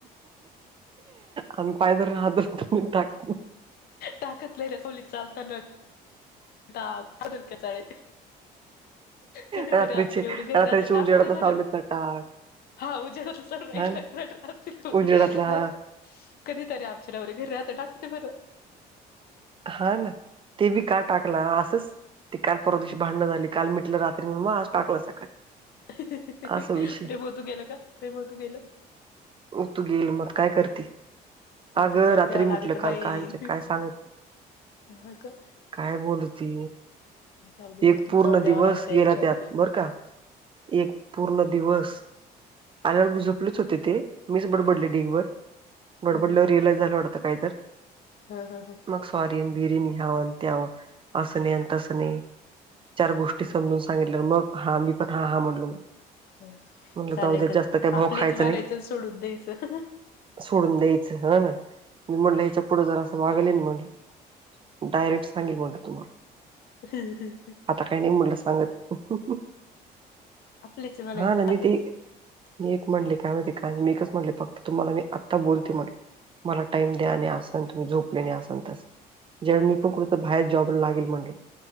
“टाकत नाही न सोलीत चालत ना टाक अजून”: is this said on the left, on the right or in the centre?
Left